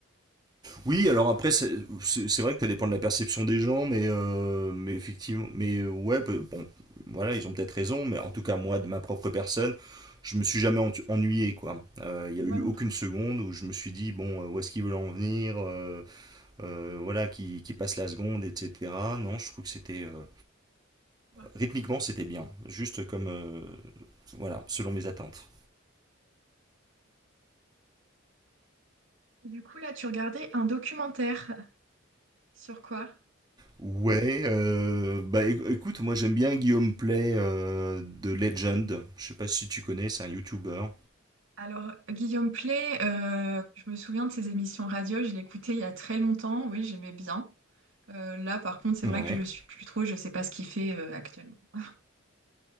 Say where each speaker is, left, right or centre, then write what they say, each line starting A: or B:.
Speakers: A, on the right (about 20°); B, on the right (about 75°).
A: Oui, alors après, c'est c'est- c'est vrai que ça dépend de la perception des gens, mais, euh, mais effectivement, mais euh, ouais, peu- bon, voilà, ils ont peut-être raison, mais en tout cas, moi, de ma propre personne, je me suis jamais entu- ennuyé, quoi. Euh, Il y
B: Moi
A: a eu
B: non
A: aucune
B: plus.
A: seconde où je me suis dit, bon, euh, où est-ce qu'ils veulent en venir, euh, euh, voilà, qui, qui passe la seconde, etc. Non, je trouve que c'était, euh,
B: Ouais.
A: rythmiquement, c'était bien, juste comme, euh, voilà, selon mes attentes.
B: Et Du coup, là, tu regardais un documentaire sur quoi?
A: Ouais, euh, bah éc- écoute, moi j'aime bien Guillaume Play euh, de Legend. Je sais pas si tu connais, c'est un YouTuber.
B: Alors, Guillaume Play, euh, je me souviens de ses émissions radio, je l'écoutais il y a très longtemps, oui, j'aimais bien. Euh, là, par contre, c'est
A: Ouais.
B: vrai que je le suis plus trop, je sais pas ce qu'il fait euh, actuellement. <laughs>